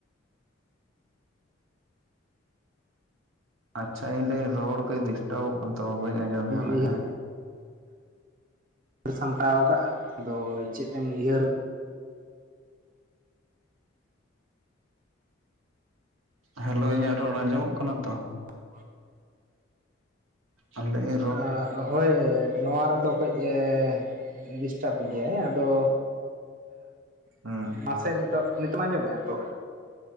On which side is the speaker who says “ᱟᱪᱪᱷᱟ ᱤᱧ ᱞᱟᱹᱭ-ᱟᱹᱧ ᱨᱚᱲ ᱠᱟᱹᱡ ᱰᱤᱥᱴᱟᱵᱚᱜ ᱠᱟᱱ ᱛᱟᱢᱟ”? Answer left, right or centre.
Right